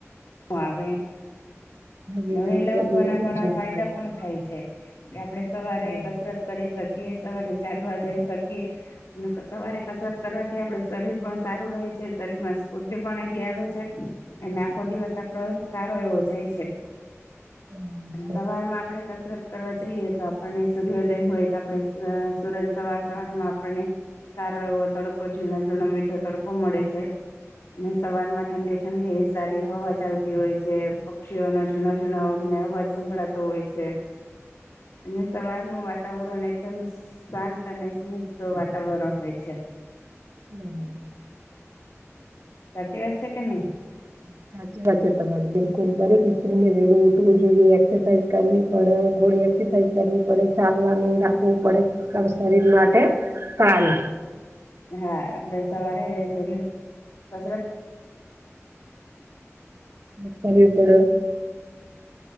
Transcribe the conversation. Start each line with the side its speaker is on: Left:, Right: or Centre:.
Left: આવે એમ.
Right: વેલા
Left: વેેલા
Right: ઉઠવાથી
Left: ઉઠવાના
Right: બઉ
Left: ઘણા
Right: જ સારો
Left: ફાયદા
Right: ફાયદો
Left: પણ
Right: છે
Left: થાય છે કે સવારે
Right: બરાબર
Left: કસરત. કરી શકીએ સવારે ચાલવા જઈ શકીએ. અને સવારે કસરત કરવાથી આપડ શરીર પણ સારું રહે છે શરીર માં. <inaudible> આવે છે. અને આખો દિવસ આપડો સારો એવો જાય છે.
Right: બરાબર છે. બરાબર.
Left: સવારમાં આપણે. કસરત કરવા જઈએ તો, આપણને સૂર્ય્યોદય હોય તો આપણે સુરજ સવાર સવારમાં આપણને. સારો એવો તડકો, ઝીણો, ઝીણો, મીઠો તડકો મળે છે. ને સવાર માં ઠંડી ઠંડી એવી સારી હવા ચાલતી હોય છે પક્ષીઓ ન ઝીણો ઝીણો અવાજ. સંભળાતો હોય છે. અને સવારનું વાતાવરણ એકદમ શાંત અને સ્મુગ્ધ વાતાવરણ હોય છે.
Right: <inaudible>
Left: સાચી વા છે કે નહી
Right: <inaudible> સાચી વાત છે તમારે બિલકુલ દરેક સ્ત્રી વેલું ઉઠવું જોઈએ એક્સરસાઇઝ કરવી પડે થોડી એક્સરસાઇઝ કરવી પડે ચાલવાનું રાખવું પડે શરીર માટે સારુ
Left: હા આપડે સવારે વેલુ કસરત
Right: કરવી પડે